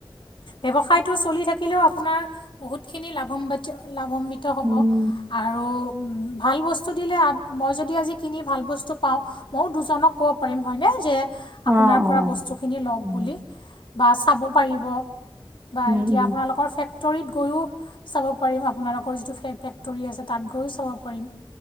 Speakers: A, on the left; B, on the right.
A: ব্যৱসায়টো চলি থাকিলেও আপোনাৰ বহুত - খিনি লাভাবিত লাভান্বিত হ'ব
B: উম উম
A: আৰু - ভাল বস্তু দিলে আপ মই যদি আজি কিনি ভাল বস্তু পাওঁ ময়ো দুজনক ক'ব পাৰিম হয়নে - আপোনাৰপৰা
B: অ অ
A: বস্তুটোখিনি ল ওক
B: উম
A: বোলি বা চাব পাৰিব। বা
B: উম
A: এতিয়া
B: উম
A: আপোনালোকৰ চেক ফেক্টৰীত গৈয়ো চাব পাৰিম আপোনালোকৰ যিটো ফে ফেক্টৰী আছে তাত গৈয়ো চাব পাৰিম।